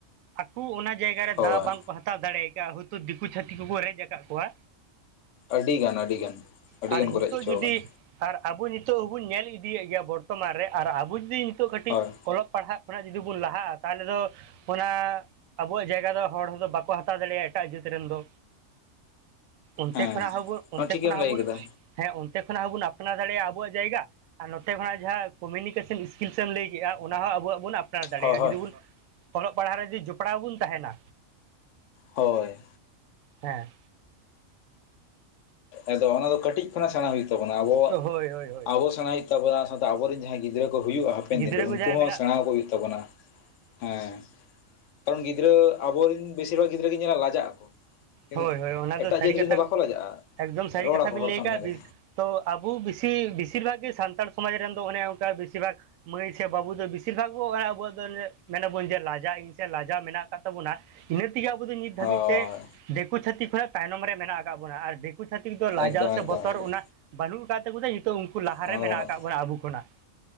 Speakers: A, on the right; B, on the left.
A: ᱟᱠᱚ ᱚᱱᱟ ᱡᱟᱭᱜᱟ ᱨᱮ
B: ᱦᱳᱭ
A: ᱫᱟᱣ ᱵᱟᱝᱠᱚ ᱦᱟᱛᱟᱣ ᱫᱟᱲᱮ ᱟᱠᱟᱫᱼᱟ ᱦᱚᱭᱛᱳ ᱫᱤᱠᱩ ᱪᱷᱟᱛᱤᱠ ᱠᱚᱠᱚ ᱨᱮᱡ ᱟᱠᱟᱫ ᱠᱚᱣᱟ᱾
B: ᱟᱹᱰᱤ ᱜᱟᱱ ᱟᱹᱰᱤ ᱜᱟᱱ ᱟᱹᱰᱤ
A: ᱟᱨ
B: ᱜᱟᱱ
A: ᱱᱤᱛᱚᱜ
B: ᱠᱚ ᱨᱮᱡ ᱦᱚᱪᱚ
A: ᱡᱩᱫᱤ
B: ᱟᱠᱟᱱᱟ᱾
A: ᱟᱨ ᱟᱵᱚ ᱱᱤᱛᱚᱜ ᱦᱚᱸᱵᱚᱱ ᱧᱮᱞ ᱤᱫᱤᱭᱮᱫ ᱜᱮᱭᱟ ᱵᱚᱨᱛᱚᱢᱟᱱ ᱨᱮ ᱟᱨ ᱟᱵᱚ ᱡᱩᱫᱤ ᱱᱤᱛᱚᱜ ᱠᱟᱹᱴᱤᱡ
B: ᱦᱳᱭ
A: ᱚᱞᱚᱜ ᱯᱟᱲᱦᱟᱜ <inaudible> ᱡᱩᱫᱤ ᱵᱚᱱ ᱞᱟᱦᱟᱼᱟ ᱛᱟᱦᱚᱞᱮ ᱫᱚ ᱚᱱᱟ ᱟᱵᱚᱣᱟᱜ ᱡᱟᱭᱜᱟ ᱫᱚ ᱦᱚᱲᱫᱚ ᱵᱟᱠᱚ ᱦᱟᱛᱟᱣ ᱫᱟᱲᱮᱭᱟᱜᱼᱟ ᱮᱴᱟᱜ ᱡᱟᱹᱛ ᱨᱮᱱ ᱫᱚ᱾ ᱚᱱᱛᱮ
B: ᱦᱮᱸ
A: ᱠᱷᱚᱱᱟᱜ ᱦᱚᱸᱵᱚᱱ
B: ᱦᱚᱸ
A: ᱚᱱᱛᱮ
B: ᱴᱷᱤᱠ
A: ᱠᱷᱚᱱᱟᱜ
B: ᱜᱮᱢ
A: ᱦᱚᱸᱵᱚᱱ
B: ᱞᱟᱹᱭ ᱠᱟᱫᱟ
A: ᱦᱮᱸ ᱚᱱᱛᱮ ᱠᱷᱚᱱᱟᱜ ᱦᱚᱸᱵᱚᱱ ᱟᱯᱱᱟᱨ ᱫᱟᱲᱮᱭᱟᱜᱼᱟ ᱟᱵᱚᱣᱟᱜ ᱡᱟᱭᱜᱟ, ᱟᱨ ᱱᱚᱛᱮ ᱠᱷᱚᱱᱟᱜ ᱡᱟᱦᱟᱸ ᱠᱩᱢᱤᱱᱤᱠᱮᱥᱮᱱ ᱤᱥᱠᱤᱞᱥ ᱮᱢ ᱞᱟᱹᱭ ᱠᱮᱜᱼᱟ ᱚᱱᱟ ᱦᱚᱸᱚᱸ ᱟᱵᱚᱣᱟᱜ ᱵᱚᱱ ᱟᱯᱱᱟᱨ ᱫᱟᱲᱮᱭᱟᱜᱼᱟ,
B: ᱦᱳᱭ ᱦᱳᱭ
A: ᱡᱩᱫᱤ ᱵᱚᱱ ᱚᱞᱚᱜ ᱯᱟᱲᱦᱟᱜ ᱨᱮ ᱡᱩᱫᱤ ᱡᱚᱯᱲᱟᱣ ᱵᱚᱱ ᱛᱟᱦᱮᱱᱟ᱾
B: ᱦᱳᱭ
A: ᱦᱮᱸ
B: ᱟᱫᱚ ᱚᱱᱟ ᱫᱚ ᱠᱟᱹᱴᱤᱡ ᱠᱷᱚᱱᱟᱜ ᱥᱮᱬᱟ ᱦᱩᱭᱩᱜ ᱛᱟᱵᱚᱱᱟ ᱟᱵᱚ
A: ᱦᱳᱭ ᱦᱳᱭ ᱦᱳᱭ
B: ᱟᱵᱚ ᱥᱮᱬᱟ ᱦᱩᱭᱩᱜ ᱛᱟᱵᱚᱱᱟ᱾ ᱟᱵᱚᱨᱮᱱ ᱡᱟᱦᱟᱸᱭ ᱜᱤᱫᱽᱨᱟᱹ ᱠᱚ ᱦᱩᱭᱩᱜᱼᱟ ᱦᱟᱯᱮᱱ
A: ᱜᱤᱫᱽᱨᱟᱹ
B: ᱫᱤᱱ ᱨᱮ
A: ᱠᱚ
B: ᱩᱱᱠᱩ
A: ᱡᱟᱦᱟᱸᱭ
B: ᱦᱚᱸ
A: ᱢᱮᱱᱟᱜ
B: ᱥᱮᱬᱟ ᱟᱠᱚ ᱦᱩᱭᱩᱜ ᱛᱟᱵᱚᱱᱟ᱾ ᱦᱮᱸ ᱠᱟᱨᱚᱱ ᱜᱤᱫᱽᱨᱟᱹ ᱟᱵᱚᱨᱮᱱ ᱵᱮᱥᱤᱨ ᱵᱷᱟᱜᱽ ᱜᱤᱫᱽᱨᱟᱹ ᱜᱮᱧ ᱧᱮᱞᱟ ᱞᱟᱡᱟᱜ ᱟᱠᱚ, ᱠᱤᱱᱛᱩ
A: ᱦᱳᱭ ᱦᱳᱭ ᱚᱱᱟ
B: ᱮᱴᱟᱜ
A: ᱥᱟᱹᱨᱤ
B: ᱡᱟᱹᱛ
A: ᱠᱟᱛᱷᱟ
B: ᱨᱮᱱ ᱫᱚ ᱵᱟᱠᱚ ᱞᱟᱡᱟᱜᱼᱟ᱾
A: ᱮᱠᱫᱚᱢ ᱥᱟᱹᱨᱤ
B: ᱨᱚᱲ
A: ᱠᱟᱛᱷᱟ
B: ᱟᱠᱚ
A: ᱵᱤᱱ
B: ᱦᱚᱲ
A: ᱞᱟᱹᱭ
B: ᱥᱟᱢᱱᱮ
A: ᱟᱠᱟᱫᱼᱟ᱾
B: ᱨᱮ
A: ᱛᱚ ᱟᱵᱚ ᱵᱮᱥᱤ ᱵᱮᱥᱤᱨ ᱵᱷᱟᱜ ᱜᱮ ᱥᱟᱱᱛᱟᱲ ᱥᱚᱢᱟᱡᱽ ᱨᱮᱱ ᱫᱚ ᱚᱱᱮ ᱚᱱᱠᱟ ᱵᱮᱥᱤᱨ ᱵᱷᱟᱜᱽ ᱢᱟᱹᱭ ᱥᱮ ᱵᱟᱹᱵᱩ ᱫᱚ ᱵᱮᱥᱤᱨ ᱵᱷᱟᱜᱽ ᱵᱚ <unintelligible> ᱟᱵᱚᱣᱟᱜ ᱫᱚ ᱢᱮᱱᱟᱵᱚᱱ ᱡᱮ ᱞᱟᱡᱟᱜ ᱤᱧ ᱥᱮ ᱞᱟᱡᱟ ᱡᱟ ᱢᱮᱱᱟᱜ ᱠᱟᱫ ᱛᱟᱵᱚᱱᱟ ᱤᱱᱟᱹ ᱛᱮᱜᱮ ᱟᱵᱩ ᱫᱚ ᱱᱤᱛ
B: ᱦᱳᱭ
A: ᱫᱷᱟᱹᱵᱤᱡ ᱛᱮ ᱫᱤᱠᱩ ᱪᱷᱟᱹᱛᱤᱠ ᱠᱷᱚᱱᱟᱜ ᱛᱟᱭᱱᱚᱢ ᱨᱮ ᱢᱮᱱᱟᱜ ᱠᱟᱫ ᱵᱚᱱᱟ ᱟᱨ ᱫᱤᱠᱩ ᱪᱷᱟᱛᱤᱠ ᱫᱚ
B: ᱮᱠᱫᱚᱢ
A: ᱞᱟᱡᱟᱣ ᱥᱮ
B: ᱮᱠᱫᱚᱢ
A: ᱵᱚᱛᱚᱨ
B: ᱮᱠᱫᱚᱢ
A: ᱚᱱᱟ ᱵᱟᱹᱱᱩᱜ ᱠᱟᱫ ᱛᱟᱠᱚ ᱛᱮ ᱱᱤᱛᱚᱜ ᱩᱱᱠᱩ ᱞᱟᱦᱟᱨᱮ
B: ᱚᱱᱟ ᱫᱚ
A: ᱢᱮᱱᱟᱜ
B: ᱵᱟᱹᱱᱩᱜ
A: ᱠᱟ ᱵᱚᱱᱟ ᱟᱵᱩ ᱠᱷᱚᱱᱟᱜ